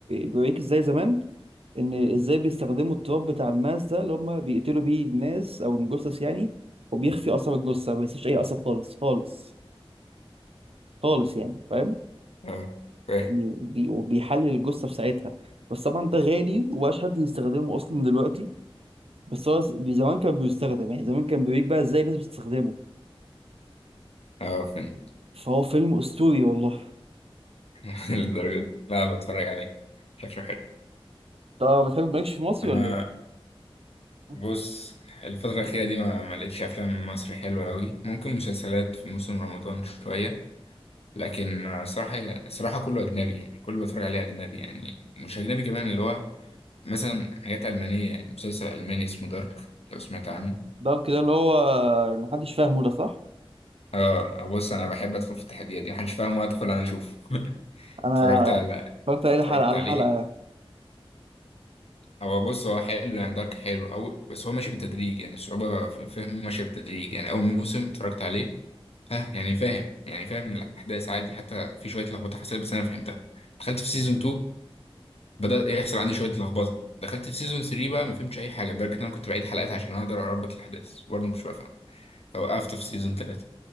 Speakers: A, on the right; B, on the left.
A: بيوريك ازاي زمان ان ازاي بيستخدموا التراب بتاع الماس ده اللي هم بيقتلوا بيه الناس او الجثث يعني وبيخفي اثر الجثه ما بيسيبش اي اثر خالص خالص خالص يعني فاهم
B: اه فاهم
A: يعني بي وبيحلل الجثه في ساعتها بس طبعا ده غالي ومبقاش حد يستخدمه اصلا دلوقتي بس هو ز- زمان كان بيستخدم يعني زمان كان بيوريك بقى ازاي لازم تستخدمه
B: اه فاهم
A: فهو فيلم اسطوري والله
B: <laughs> للدرجة دي لا بتفرج عليه شكله حلو
A: طب بتحب مالكش في مصري
B: انا
A: ولا ايه؟ <laughs>
B: بص الفترة الأخيرة دي ما ما لقيتش أفلام مصري حلوة أوي ممكن مسلسلات في موسم رمضان شوية لكن آه، صراحة صراحة كله أجنبي يعني كله بتفرج عليه أجنبي يعني مش أجنبي كمان اللي هو مثلا حاجات ألمانية يعني مسلسل ألماني اسمه دارك لو سمعت عنه
A: ده كده اللي هو اللي محدش فاهمه ده صح؟
B: اه بص أنا بحب أدخل في التحديات دي محدش فاهم وأدخل أنا أشوفه <laughs>
A: انا
B: اتفرجت على
A: اتفرجت عليه
B: اتفرجت
A: حلقه على
B: عليه
A: حلقه
B: هو بص هو حلو يعني دارك حلو أوي بس هو ماشي بالتدريج يعني الصعوبة في فهمه ماشية بالتدريج يعني أول موسم اتفرجت عليه ها يعني فاهم يعني فاهم الأحداث عادي حتى في شوية لخبطة حصلت بس أنا فهمتها دخلت في سيزون 2 بدأ يحصل عندي شوية لخبطة دخلت في سيزون 3 بقى ما فهمتش أي حاجة لدرجة إن أنا كنت بعيد حلقات عشان أقدر أربط الأحداث برضه مش بفهم فوقفت في سيزون 3